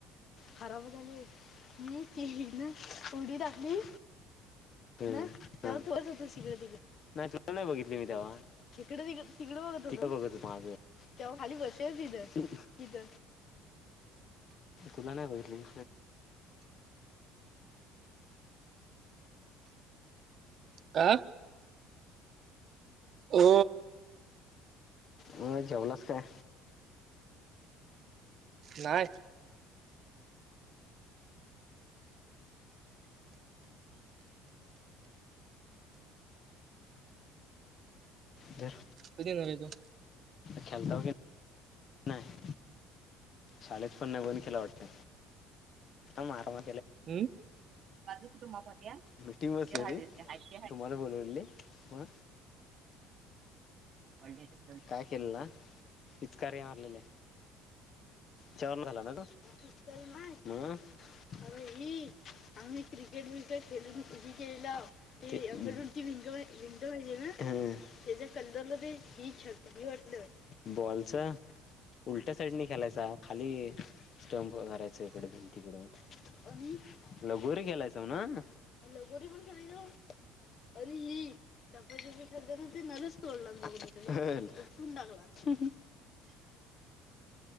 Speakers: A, on the left (about 45°); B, on the right (about 50°).
A: खराब झालीये. मी ते हे ना उडी टाकली. हो तिकड, तेव्हा तिकडेच होतो मी. तिकड नाही बघितली मी तेव्हा. तिकड होतो मी. तिकड बघत माझ, तेव्हा खाली बसली तिथ तिथ. तुला नाही बघितली.
B: का? ओ
A: म जेवलास काय?
B: नाही.
A: तर
B: कधी वर येतो.
A: खेलता की नाही. शाळेत पण नाही बन खेला वाटत, मारवा
B: ह् बाजूच कुटुंबात या,
A: मिटिंग बसली होती.
B: हाय तर हाय
A: तुम्हाला बोलवलेली. मग
B: <inaudible>
A: काय केल ना तरी हारलेले झाला ना त, तर नाय, म, आम्ही, आम्ही क्रिकेट विकेट खेलुन उभी केल, ते आमच्या रूमची विंडो विंडो राहिली ना, त्याच्या समोर मध्ये ही छुपली वाटतं, बॉलच! उलट्या साईडने खेलायचा. खाली स्टमप करायच इकडे भिंतीकड लगोरी खेळायचो ना. लगोरी पण खेळायचो, अरे हे लपाछपी खेळाताना नळच तोडला मी तिकडे उपटून टाकला. ह ह